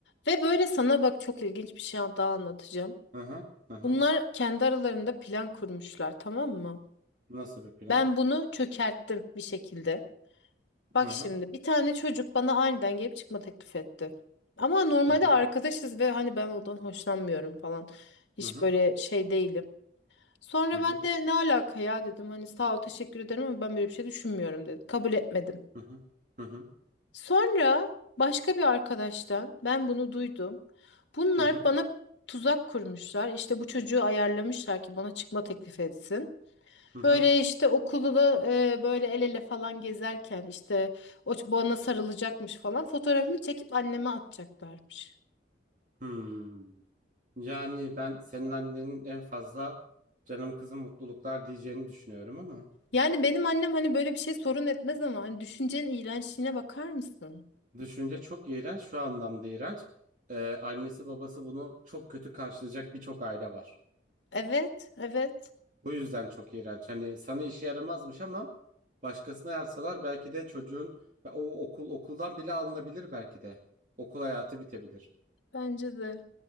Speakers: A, on the left (about 75°); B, on the right (about 45°).
A: Ve böyle sana bak çok ilginç bir şey daha anlatacağım.
B: Hı hı hı hı.
A: Bunlar kendi aralarında plan kurmuşlar tamam mı?
B: Nasıl bir plan?
A: Ben bunu çökerttim bir şekilde. Bak
B: Hı hı
A: şimdi bir tane çocuk bana aniden gelip çıkma teklif etti. Ama normalde
B: hı hı
A: arkadaşız ve hani ben ondan hoşlanmıyorum falan. Hiç
B: hı hı
A: böyle şey değilim. Sonra
B: hı hı
A: ben de ne alaka ya dedim. Hani sağ ol teşekkür ederim ama ben böyle bir şey düşünmüyorum dedim. Kabul etmedim.
B: hı hı
A: Sonra başka bir arkadaştan ben bunu duydum. Bunlar
B: hı hı.
A: bana tuzak kurmuşlar. İşte bu çocuğu ayarlamışlar ki bana çıkma teklif etsin.
B: hı.
A: Böyle işte okulda da, e, böyle el ele falan gezerken işte o ç- bana sarılacakmış falan fotoğrafımı çekip anneme atacaklarmış.
B: Hmm. Yani ben senin annenin en fazla canım kızım mutluluklar diyeceğini düşünüyorum ama
A: Yani benim annem hani böyle bir şey sorun etmez ama hani düşüncenin iğrençliğine bakar mısın?
B: düşünce çok iğrenç şu anlamda iğrenç. Ee, annesi babası bunu çok kötü karşılayacak birçok aile var.
A: Evet, evet.
B: Bu yüzden çok iğrenç. Hani sana işe yaramazmış ama başkasına yapsalar belki de çocuğun o okul okuldan bile alınabilir belki de. Okul hayatı bitebilir.
A: Bence de.